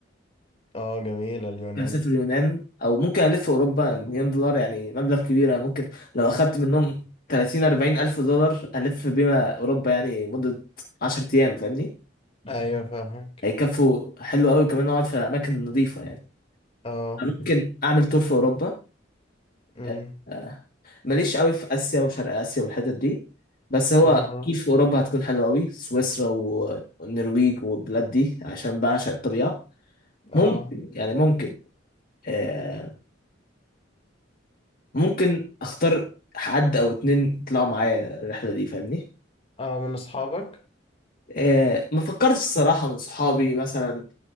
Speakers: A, on the left; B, on the left.
A: اه جميلة اليونان
B: ممكن أسافر اليونان أو ممكن ألف في أوروبا مليون دولار يعني مبلغ كبير يعني ممكن لو أخدت منهم 30 40 ألف دولار ألف بيها أوروبا يعني مدة 10 أيام فاهمني؟
A: ايوه <laughs> فاهمك
B: هيكفوا حلو قوي كمان أقعد في أماكن نظيفة يعني
A: اه
B: ممكن أعمل تور في أوروبا
A: امم
B: آه، آه، ماليش قوي في اسيا وشرق اسيا والحتت دي بس هو
A: اه
B: كيف في اوروبا هتكون حلوه قوي سويسرا و- والنرويج والبلاد دي عشان بعشق الطبيعه
A: اه
B: ممكن يعني ممكن آه ممكن اختار حد او اتنين يطلعوا معايا الرحله دي فاهمني
A: اه من اصحابك
B: آه ما فكرتش الصراحه من صحابي مثلا